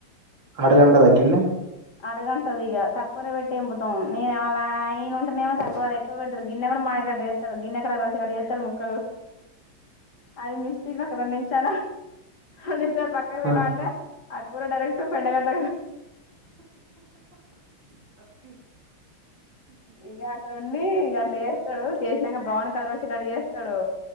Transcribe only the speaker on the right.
అడుగంటదా గిన్నె
ఆ!